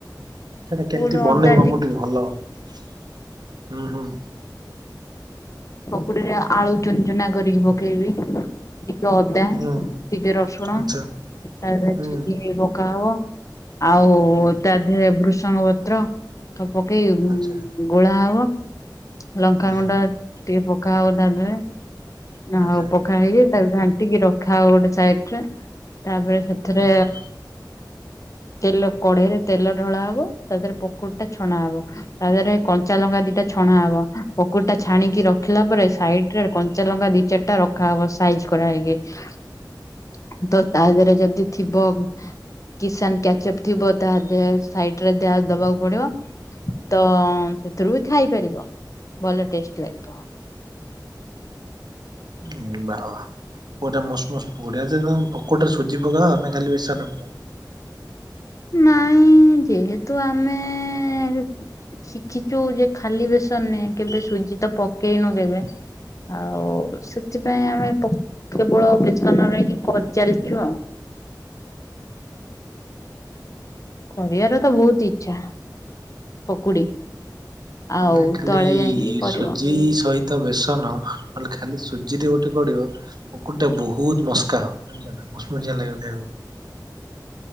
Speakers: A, on the right (about 65°); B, on the left (about 45°).
A: ସେଟା
B: ପକୁଡି
A: କେମିତି ବନେଇବ
B: ଅଦା
A: ମୁଁ ଟିକେ ଭଲ ହୁଁ ହୁଁ।
B: ପକୁଡିରେ ଆଳୁ ଚୁନ ଚୁନା କରିକି ପକେଇବି। ଟିକେ ଅଦା,
A: ହୁଁ
B: ଟିକେ ରସୁଣ।
A: ଆଚ୍ଛା
B: ତାରେ
A: ହୁଁ
B: ଛେଚିକି ପକା ହବ ଆଉ
A: ହୁଁ
B: ତା ଭୁଷଙ୍ଗ ପତ୍ର ତ ପକେଇ-ଇ-ଇ-ଇ
A: ଆଚ୍ଛା
B: ଗୋଳା ହବ। ଲଙ୍କାଗୁଣ୍ଡ
A: ଆଚ୍ଛା
B: ଟିକେ ପକା ହବ ତା ଦେହରେ,
A: ଆଚ୍ଛା
B: ଆଉ ପକା ହେଇକି ତା ଘାଣ୍ଟିକି ରଖା ହବ ଗୋଟେ ସାଇଡରେ। ତାପରେ ସେ ଥିରେ,
A: ଆଚ୍ଛା
B: ତେଲ କଢେଇରେ ତେଲ ଢ଼ଳା ହବ। ତା ଦେହରେ ପକୁଡି଼ଟା ଛଣା ହବ, ତା ଦେହରେ କଞ୍ଚା ଲଙ୍କା ଦିଟା ଛଣା ହବ, ପକୁଡି଼ ଟା ଛାଣିକି କି ରଖିଲା ପରେ ସାଇଡ଼୍ ରେ କଞ୍ଚା ଲଙ୍କା ଦି ଚାରିଟା ରଖାହବ ସାଇଜ କରାହେଇକି। ତ ତା ଦେହରେ ଯଦି ଥିବ କିସାନ୍ କ୍ୟାଚପ୍ ଥିବ, ତା ଦେହ ସାଇଟ ରେ ଦ୍ୟା ଦବାକୁ ପଡି଼ବ। ତ-ଅ-ଅ-ଅ ସେଥିରୁ ବି ଖାଇପାରିବ ଭଲ ଟେଷ୍ଟ ଲାଗିବ।
A: ବା ହ ବା ପୁଡା ମସ୍ ମସ୍ ପୁଡ଼ା ଆ ପକୁଡ଼ିରେ ସୁଜି ପକାଓ ନା ଖାଲି ବେଶନ ପକାଓ।
B: ନାଇଁ ଯେହେତୁ ଆମେଁ ଶିଖିଛୁ ଯେ ଖାଲି ବେସନ ନେ କେବେ ସୁଜି ତ ପକେଇନୁ କେବେ। ଆଉ ସେଥିପାଇଁ ଆମେ ପ କେବଳ ବେଶନରେ ହିଁ କରିଚାଲିଚୁ ଆଉ। କରିବାର ତ ବହୁତ ଇଚ୍ଛା। ପକୁଡି ଆଉ
A: ଆମେ ଖାଲି
B: ତଳେ ଯାଇକି କରିବ।
A: ସୁଜି ସହି ତ ବେସନ ନହେଲେ ଖାଲି ସୁଜିରେ ଗୋଟେ ପଡ଼ିବ। ପକୁଡିଟା ବୋହୁତ ମସ୍କା ହବ, ମୁସ୍ ମୂଶିଆ ଲାଗିବ ଖାଇଆକୁ।